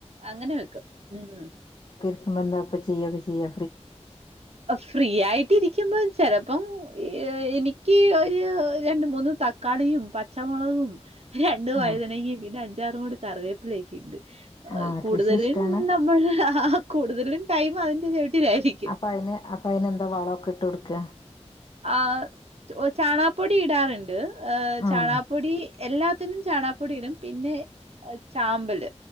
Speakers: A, on the right; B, on the left.
A: അങ്ങനെ വെക്കും ഉം
B: ഉമ്മന്താ ഇപ്പെ ച്ചെയാക്ക ചെയ്യ
A: ഫ്രീ ആയിട്ടിരിക്കുമ്പോ ചെലപ്പം എനിക്ക് ഒരു രണ്ട് മൂന്ന് തക്കാളിയും പച്ചമുളകും രണ്ടു വഴുതനെക്കേ
B: ആഹ്
A: പിന്നെ അഞ്ചാറും മൂട് കറിവേപ്പിലൊക്കെയുണ്ട്
B: ആഹ്
A: കൂടുതലും
B: കൃഷി ഇഷ്ടാണ്
A: നമ്മൾ ആഹ് ആഹ് കൂടുതലും ടൈം അതിന്റെ ചുവട്ടിലായിരിക്കും
B: അപ്പൊ അയ്ന് അപ്പൊ അയ്ന് എന്താ വളം എക്കെ ഇട്ട് കൊടുക്ക
A: ആഹ് ചാണപ്പൊടി ഇടാറുണ്ട് ഏഹ ചാണാ
B: ആഹ്
A: <unintelligible> പ്പൊടി എല്ലാത്തിനും ചാണകപ്പൊടി ഇടും പിന്നെ ചാമ്പല്